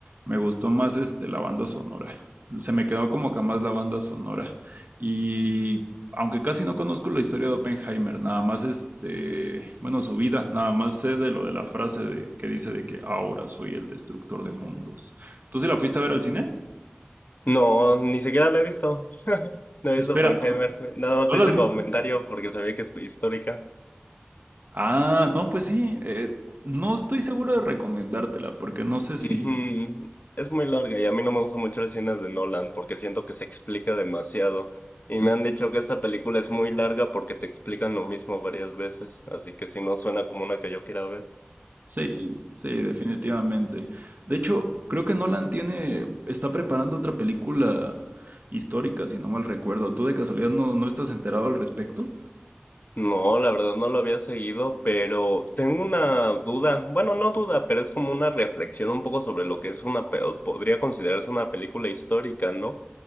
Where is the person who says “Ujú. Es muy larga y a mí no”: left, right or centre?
Left